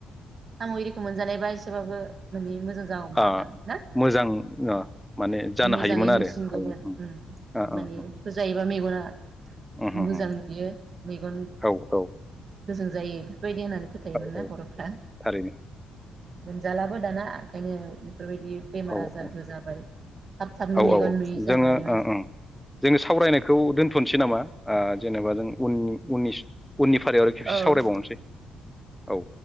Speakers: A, on the right; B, in the centre.
A: साम'एरिखौ मोनजानायबा एसेबाबो माने मोजां जागौमोनदां
B: आ
A: ना
B: मोजां ओ माने जानो
A: मोजाङै
B: हायोमोन
A: नुसिनगौमोन
B: आरो हायोमोन
A: उम
B: ओ ओ
A: मानि बेखौ जायोबा मेगना
B: ओ उम उम
A: मोजां नुयो। मेगन
B: औ औ।
A: गोजों जायो बायदि होननानै फोथायोमोन
B: औ
A: ना
B: औ
A: बर'फ्रा?
B: थारैनो
A: मोनजालाबो दाना ओंखायनो बेफोर बायदि बेमार
B: औ
A: आजारबो
B: औ
A: जाबाय। थाब थाबनो
B: औ
A: मेगन
B: औ
A: नुयि जाबाय
B: जोङो
A: मानसिफोरा
B: ओं ओं जोङो सावरायनायखौ दोनथ'नो सैनामा आ जेनेबा जों उन उननि उननि फारियाव आरो खेबसे
A: औ
B: सावरायबावनोसै। औ।